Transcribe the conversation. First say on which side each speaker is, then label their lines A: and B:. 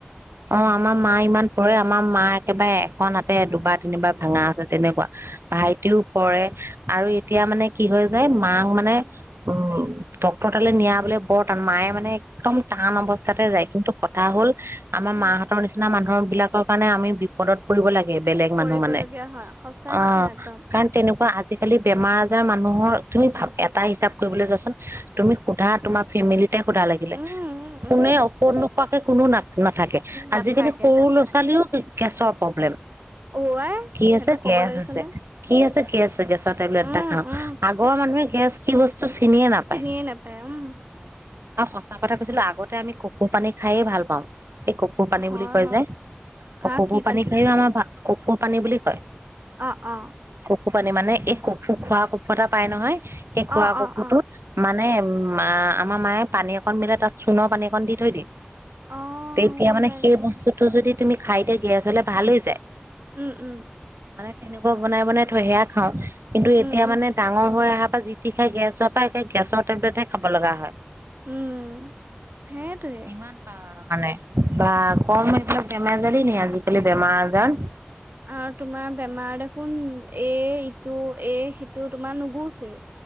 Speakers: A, on the right; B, on the right.
A: অ আমাৰ মা ইমান পৰে আমাৰ মা একেবাৰে এখন আাতে দুবাৰ তিনিবাৰ ভাঙা আছে তেনেকুৱা ভাইটিও পৰে আৰু এতিয়া মানে কি হৈ যায় মাক মানে
B: উম,
A: উম ডক্টৰ তালৈ নিয়া বলে বৰ টান মায়ে মানে একদম টান অৱস্থা তাতে যায় কিন্তু কটা হ'ল। আমাৰ
B: উম,
A: মাহঁতৰ নিচিনা মানু <unintelligible> বিলাকৰ কাৰণে আমি বিপদত পৰিব লাগে। <unintelligible> বেলেগ
B: পৰিবলগীয়া
A: মানুহ মানে।
B: হয় সঁচা
A: অ',
B: কথা একদম
A: কাৰণ তেনেকুৱা আ আজিকালি বেমাৰ আজাৰ মানুহৰ তুমি ভাব - এটা হিচাপ কৰিবলৈ যোৱাচোন, তুমি সোধা তোমাৰ ফেমিলিত তে সুধা লাগিলে
B: উম, উম, উম,
A: কোনে <unintelligible> <unintelligible> কোনো <unintelligible> নাথাকে।
B: উম, নাথাকে
A: আজিকালি সৰু লৰ ছোৱালীও <unintelligible> গেছৰ পব্লেম।
B: অ', আই
A: কি হৈছে?
B: সেইটো ক'ব
A: গেছ
B: লাগিছেনে
A: হৈছে। কি আছে? গেছ - গেছৰ টেবলেট
B: উম,
A: এটা খাওঁ।
B: উম,
A: আগৰ মানুহে গেছ কি বচ <unintelligible> চিনিয়ে নাপায়।
B: চিনিয়ে নাপায় উম।
A: অ' সঁচা কথা কৈছিলো আগত তে আমি <unintelligible> পানী খায়ে ভাল পাওঁ। এই কপূৰ পানী
B: হয়
A: বুলি কয়
B: হয়
A: যে। অ'
B: আহ
A: কপূৰ
B: কি
A: পানী <unintelligible> আমাৰ ভা কপূৰ পানী বুলি কয়।
B: অ', অ।
A: <unintelligible> মানে এই <unintelligible> খোৱা <unintelligible> এটা পায় নহয় সেই খোৱা
B: অ অ অ
A: <unintelligible> নে মা - আমাৰ মায়ে পানী অকণ মিলাই তাত চূ সোণৰ পানী একণ দি থৈ দি।
B: অ
A: তেতিয়া
B: গম
A: মানে
B: পাইছো
A: সেই বস্তুটো যদি তুমি <unintelligible> গেছ হলে ভাল হৈ যায়।
B: উম, উম।
A: মানে তেনেকুৱা বনাই বনাই থৈ সেয়া খাওঁ। কিন্তু
B: উম
A: এতিয়া
B: উম
A: মানে ডাঙৰ হৈ আহা <unintelligible> যি তি খাই গেছ হোৱাৰ পৰা একে গেছৰ টেবলেটহে খাব লগা হয়।
B: উম। সেইটোৱে
A: ইমান <unintelligible> মানে। বা! কম এইবিলাক বেমেজলি নি আজিকালি বেমাৰ আজাৰ।
B: আৰু তোমাৰ বেমাৰ দেখোন এ ইটো এ সিটো তোমাৰ নুগুছে।